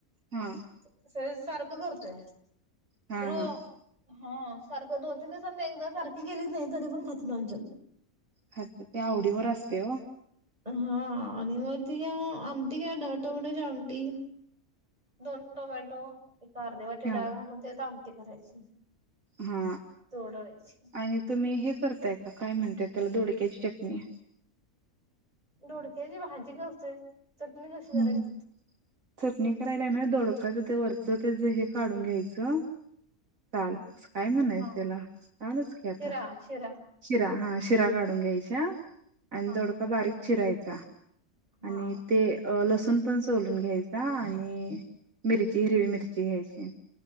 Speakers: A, on the right (about 65°); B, on the right (about 25°).
A: हा
B: <unintelligible> सारखं करतोय
A: हा
B: हो
A: हा
B: हा सारखं दोन तीन दिवसांनी एकदा सारखी गेलीच नाही तरी पण खातात आमच्यात
A: <unintelligible> ते आवडीवर असतंय ओ
B: हा आणि मग ति आमटी घ्या टोमॅटोची आमटी दोन टोमॅटो एक अर्धे वाटे
A: हा
B: डाळ घालून त्यात आमटी करायची
A: हा
B: तोडायची
A: आणि तुम्ही हे करताय का काय म्हणताय त्याला दोडक्याची चटणी
B: दोडक्याची भाजी करतेय चटणी कशी करायची?
A: हम्म चटणी करायला ना दोडक्याच ते वरचं ते जे हे काढून घ्यायचं साल
B: हा
A: काय म्हणायचं
B: हा
A: त्याला सालच की आता
B: शिरा शिरा
A: शिरा हा शिरा काढून घ्यायच्या आणि
B: हा
A: दोडका बारीक चिरायचा
B: हा
A: आणि ते अ लसूण पण सोलून घ्यायचा आणि मिरची हिरवी मिरची घ्यायची